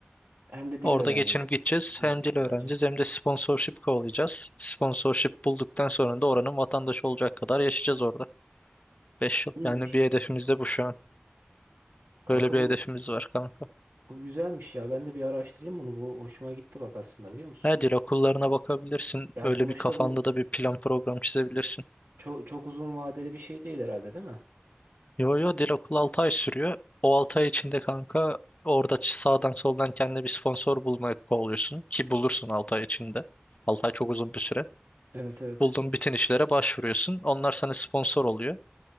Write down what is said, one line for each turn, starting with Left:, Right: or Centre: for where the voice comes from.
Right: hem de dili
Left: Orada
Right: öğreneceksin.
Left: geçinip gideceğiz.
Right: İyice
Left: Hem dil
Right: güzelce.
Left: öğreneceğiz hem de sponsorship kovalayacağız. Sponsorship bulduktan sonra da oranın vatandaşı olacak kadar yaşayacağız orada. 5 yıl.
Right: İyiymiş.
Left: Yani bir hedefimiz de bu şu an.
Right: Kanka
Left: Böyle bir
Right: bu,
Left: hedefimiz var kanka.
Right: bu güzelmiş ya. Ben de bir araştırayım bunu. Bu hoşuma gitti bak aslında biliyor musun?
Left: He dil okullarına bakabilirsin.
Right: Yani
Left: Öyle
Right: sonuçta
Left: bir kafanda
Right: bu
Left: da bir plan program çizebilirsin.
Right: çok, çok uzun vadeli bir şey değil herhalde değil mi?
Left: Yo yo dil okulu 6 ay sürüyor. O 6 ay içinde kanka orada ç- sağdan soldan kendine bir sponsor bulmaya kovalıyorsun. Ki bulursun 6 ay içinde. 6 ay çok uzun bir süre.
Right: Evet evet.
Left: Bulduğun bütün işlere başvuruyorsun. Onlar sana sponsor oluyor.